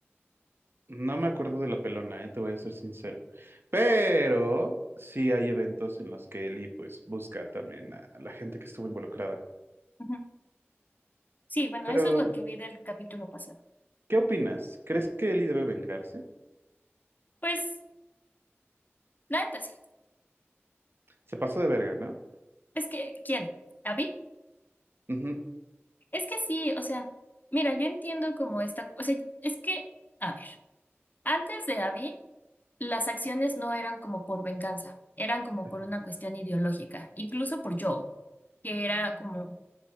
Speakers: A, on the right; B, on the left.
A: No me acuerdo de la pelona, eh, te voy a ser sincero. Pero sí hay eventos en los que Eli pues busca también a a la gente que estuvo involucrada.
B: Ujú. Sí, bueno,
A: Pero,
B: eso es lo que vi del capítulo pasado.
A: ¿qué opinas? ¿Crees que Eli debe vengarse?
B: Pues, la neta sí.
A: Se pasó de verga, ¿no?
B: Es que, ¿quién? ¿Abby?
A: Ujú.
B: Es que sí, o sea, mira, yo entiendo como esta, o sea, es que, a ver, antes de Abby. Las acciones no eran como por venganza, eran como
A: Ajá.
B: por una cuestión ideológica, incluso por Joel, que era como,